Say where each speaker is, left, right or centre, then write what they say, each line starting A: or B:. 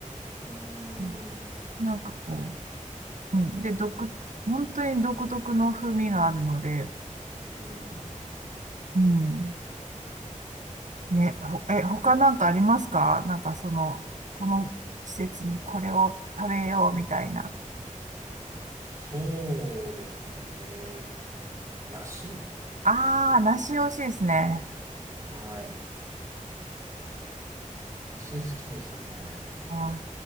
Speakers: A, on the right; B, on the right.
A: うん、う
B: うん
A: ん、うん。うーん、
B: なんかこう、うん。で、独、本当に独特の風味があるので、
A: うん。
B: うん。ね、ほ、え、他なんかありますかなんかその、この季節にこれを食べようみたいな。
A: そうですね。えー、梨
B: ああ、梨美味しいですね。
A: はい。梨好きですね。
B: あー、